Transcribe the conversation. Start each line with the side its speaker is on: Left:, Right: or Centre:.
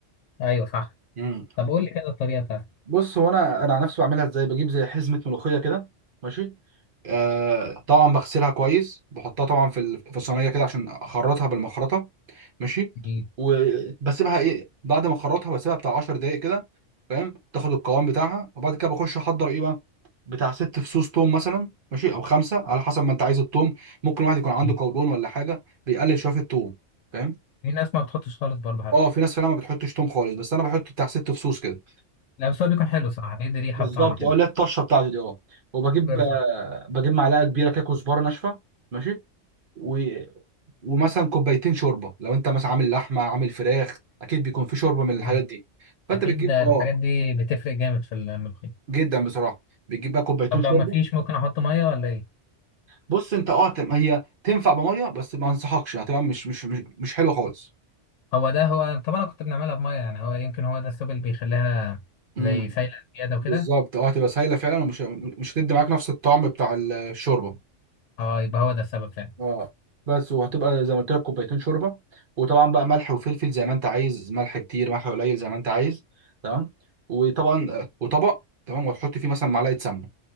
Left: ايوه صح
Right: مم.
Left: طب قول لي كده الطريقة بتاعتك
Right: بص هو انا انا على نفسي بعملها ازاي بجيب زي حزمه ملوخيه كده ماشي آه طبعا بغسلها كويس بحطها طبعا في ال- في الصينيه كده عشان اخرطها بالمخرطه ماشي
Left: في
Right: وبسيبها ايه بعد ما اخرطها بسيبها بتاع 10 دقائق كده فاهم تاخد القوام بتاعها وبعد كده بخش احضر ايه بقى بتاع ست فصوص توم مثلا ماشي او خمسه على حسب ما انت عايز التوم ممكن واحد يكون عنده
Left: في-
Right: قولون ولا حاجه بيقلل شويه في التوم فاهم
Left: في ناس ما بتحطش خالص برضه حتى
Right: اه في ناس فعلا ما بتحطش توم خالص بس انا بحط بتاع ست فصوص كده
Left: لا بس هو بيكون حلو صراحة بيدي ريحة
Right: بالظبط
Left: وطعم كده
Right: اه لا الطشه بتاعته دي اه وبجيب
Left: بالظبط
Right: آه، بجيب معلقه كبيره كده كزبره ناشفه ماشي و... ومثلا كوبايتين شوربه لو انت مثلا عامل لحمه عامل فراخ اكيد بيكون في شوربه من الحاجات
Left: اه
Right: دي فانت
Left: اكيد
Right: بتجيب
Left: ده
Right: اه
Left: الحاجات دي بتفرق جامد في الملوخية
Right: جدا بصراحه بتجيب بقى كوبايتين
Left: طب لو
Right: شوربه
Left: مفيش ممكن احط ميه ولا ايه
Right: بص انت اه تم- هي تنفع بميه بس ما انصحكش هتبقى مش مش مش, مش حلوه خالص
Left: هو ده هو طب انا كنت بنعملها بميه يعني هو يمكن هو ده السبب اللي بيخليها
Right: امم
Left: زي سايله زياده وكده
Right: بالظبط اه هتبقى سايله فعلا ومش مش هتدي معاك نفس الطعم بتاع الشوربه
Left: اه يبقى هو ده السبب فعلا
Right: اه بس وهتبقى زي ما قلت لك كوبايتين شوربه وطبعا بقى ملح وفلفل زي ما انت عايز ملح كتير ملح قليل زي ما انت عايز تمام وطبعا آه، وطبق تمام وتحط فيه مثلا معلقه سمنه